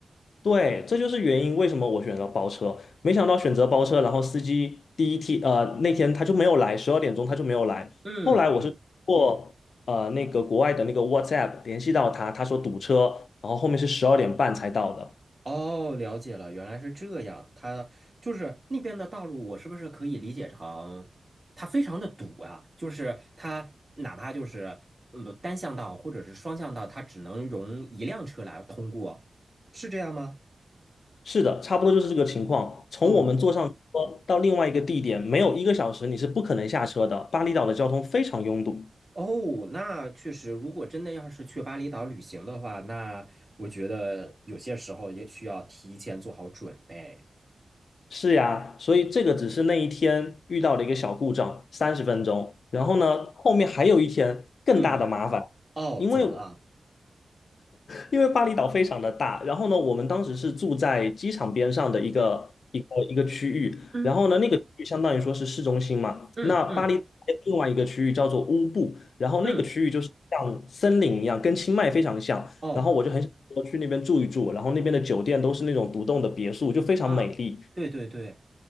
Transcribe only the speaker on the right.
嗯。
哦，了解了，原来是这样。它就是那边的道路，我是不是可以理解成它非常的堵啊？就是它哪怕就是嗯单向道或者是双向道，它只能容一辆车来通过，是这样吗？
哦
哦，那确实，如果真的要是去巴厘岛旅行的话，那我觉得有些时候也需要提前做好准备。
嗯，哦，
怎么了？
嗯嗯
嗯嗯
嗯，
哦
啊，对对对。